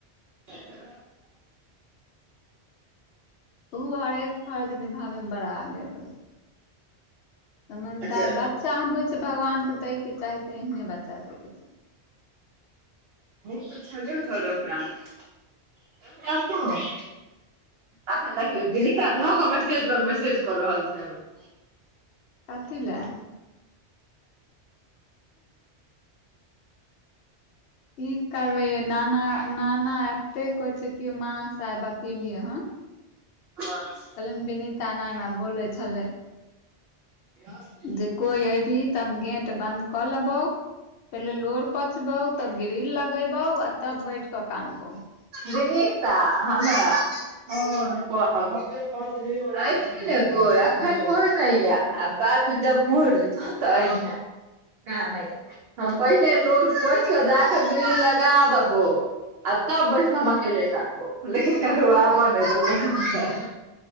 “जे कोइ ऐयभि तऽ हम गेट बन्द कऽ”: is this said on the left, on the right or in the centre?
Left